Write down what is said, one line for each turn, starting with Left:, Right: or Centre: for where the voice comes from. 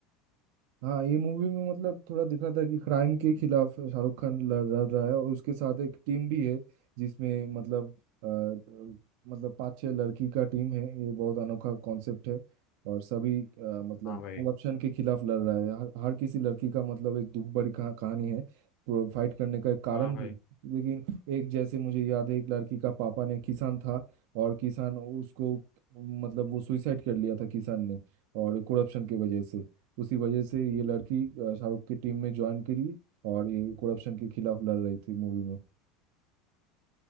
Right: हाँ ये मूवी में मतलब थोड़ा दिखा था कि क्राइम के खिलाफ शाहरुख खान लड़ लड़ रहा है और उसके साथ एक टीम भी है जिसमें मतलब अ, अ, मतलब पांच छह लड़की का टीम है ये बहुत अनोखा कॉन्सेप्ट है और सभी अ, मतलब
Left: हाँ भाई
Right: करप्शन के खिलाफ लड़ रहा है हर, हर किसी लड़की का मतलब एक दुख भरी कहा, कहानी है तो फाइट करने का एक कारण
Left: हाँ भाई
Right: भी है। लेकिन एक जैसे मुझे याद है एक लड़की का पापा ने किसान था और किसान उसको मतलब वो सुइसाइड कर लिया था किसान ने और करप्शन की वजह से उसी वजह से ये लड़की अ, शाहरुख की टीम में ज्वाइन करी और ये करप्शन के खिलाफ लड़ रही थी मूवी में